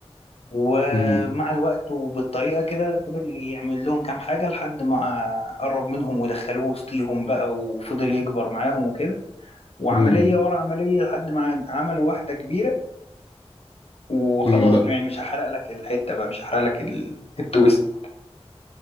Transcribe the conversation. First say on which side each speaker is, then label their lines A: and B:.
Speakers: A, on the left (about 65°); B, on the left (about 45°).
A: ومع
B: امم
A: الوقت وبالطريقة كده فضل يعمل لهم كام حاجة لحد ما قرب منهم ودخلوه وسطيهم بقى وفضل يكبر معاهم وكده وعملية
B: امم
A: ورا عملية لحد ما عمل واحدة كبيرة وخلاص
B: امم بقى
A: يعني مش هحرق لك الحتة بقى مش هحرق لك ال- التويست